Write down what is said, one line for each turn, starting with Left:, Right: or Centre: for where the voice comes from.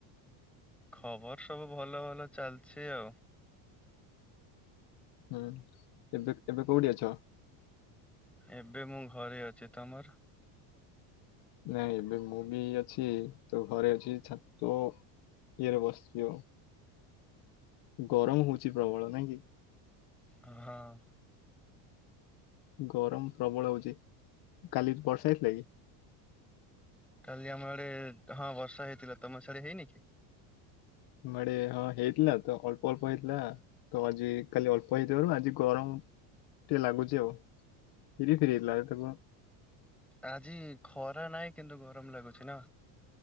Centre: ଖବର ସବୁ ଭଲ ଭଲ ଚାଲିଛି ଆଉ।
Left: ହୁଁ ଏବେ ଏବେ କୋଉଠି ଅଛ?
Centre: ଏବେ ମୁଁ ଘରେ ଅଛି। ତମର?
Left: ନାଇଁ ଏବେ ମୁଁ ବି ଅଛି ତୋ ଘରେ ଅଛି ଛାତ ୟଥର ବସଚି ଆଉ। ଗରମ ହଉଚି ପ୍ରବଳ ନାଇଁ କି?
Centre: ଅ ହଁ।
Left: ଗରମ ପ୍ରବଳ ହଉଚ କାଲି ବର୍ଷା ହେଇଥିଲା କି?
Centre: କାଲି ଆମର ଆଡେ ହଁ ବର୍ଷା ହେଇଥିଲା, ତମ ସିଆଡ ହେଇନି କି?
Left: ଆମଡେ ହଁ ହେଇଥିଲା ତ ଅଳ୍ପ ଅଳ୍ପ ହେଇଥିଲା ତ ଆଜି କାଲି ଅଳ୍ପ ହେଇଥିବାରୁ ଆଜି ଗରମ ଟେ ଲାଗୁଛି ହଉ ଫେରି ଫେରି ଏଥିଲା ତାକ
Centre: ଆଜି ଖରା ନାହିଁ କିନ୍ତୁ ଗରମ ଲାଗୁଛି ନା